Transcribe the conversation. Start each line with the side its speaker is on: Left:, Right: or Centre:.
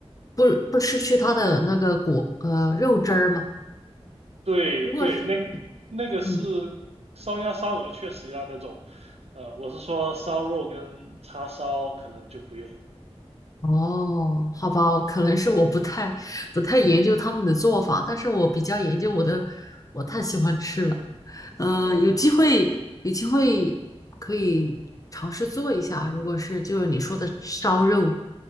Left: 不不失去它的那个果呃肉汁儿嘛。
Right: 对对，
Left: 如果是
Right: 那那个是烧鸭、
Left: 嗯
Right: 烧鹅，确实要那种，呃，我是说烧肉跟叉烧可能就不用。
Left: 哦，好吧，
Right: 嗯
Left: 可能是我不太不太研究他们的做法，但是我比较研究我的，我太喜欢吃了。嗯、
Right: 嗯。
Left: 呃有机会，有机会可以尝试做一下。如果是就是你说的烧肉，